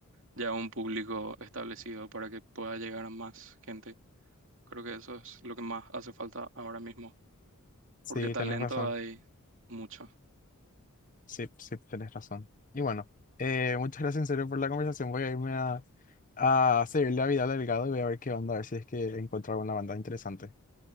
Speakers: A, on the right; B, on the left.
A: ya un público establecido para que pueda llegar a más gente. Creo que eso es lo que más hace falta ahora mismo,
B: Sí,
A: porque talento
B: tenés razón.
A: hay mucho.
B: Sí, sí, tenés razón. Y bueno, eh, muchas gracias en serio por la conversación. Voy a irme a, a seguirle a Vidal Delgado y voy a ver qué onda, a ver si es que encuentro alguna banda interesante.